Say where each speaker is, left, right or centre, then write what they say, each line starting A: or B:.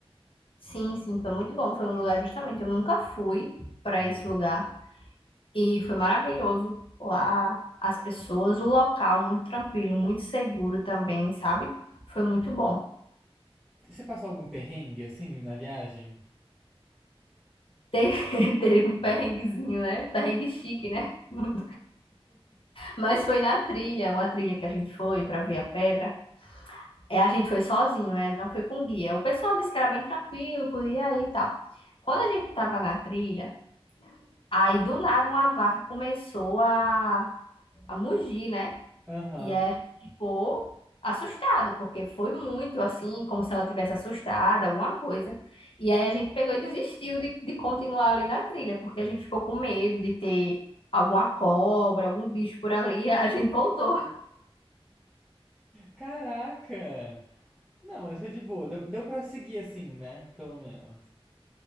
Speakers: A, on the left; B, in the centre.
A: Sim, sim, foi muito bom. Foi um lugar justamente. Eu nunca fui para esse lugar e foi maravilhoso lá. As pessoas, o local muito tranquilo, muito seguro também, sabe? Foi muito bom.
B: Você passou algum perrengue assim na viagem?
A: Teve, <laughs> teve um perrenguezinho, né? Perrengue chique, né? <laughs> Mas foi na trilha, uma trilha que a gente foi para ver a pedra. É, a gente foi sozinho, né? Não foi com guia. O pessoal disse que era bem tranquilo, podia ir e tal. Quando a gente tava na trilha, aí do nada uma vaca começou a, a mugir, né?
B: Aham.
A: E aí a gente ficou assustado, porque foi muito assim, como se ela tivesse assustada, alguma coisa. E aí a gente pegou e desistiu de, de continuar ali na trilha, porque a gente ficou com medo de ter alguma cobra, algum bicho por ali. A gente voltou.
B: Caraca! Não, essa é de boa. Deu, deu pra seguir assim, né? Pelo menos.